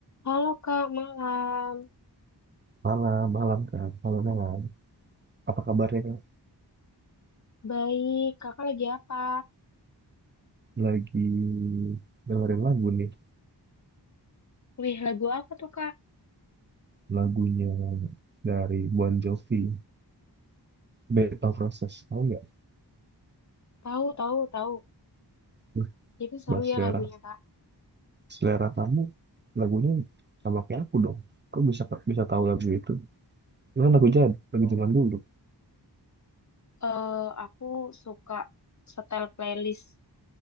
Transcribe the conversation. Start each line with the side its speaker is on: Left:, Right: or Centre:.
Left: Halo Kak, malam.
Right: Malam, malam Kak. Malam, malam. Apa kabarnya Kak?
Left: Baik, Kakak lagi apa?
Right: Lagi dengerin lagu nih.
Left: Wih, lagu apa tuh Kak?
Right: Lagunya dari Bon Jovi, Bed of Roses. Tahu nggak?
Left: Tahu, tahu, tahu.
Right: Wih,
Left: Itu seru
Right: Bahas selera.
Left: ya lagunya Kak.
Right: Selera kamu lagunya sama kayak aku dong. Kok bisa bisa tahu lagu itu? Itu kan lagu jad, lagu zaman dulu.
Left: Eh, aku suka setel playlist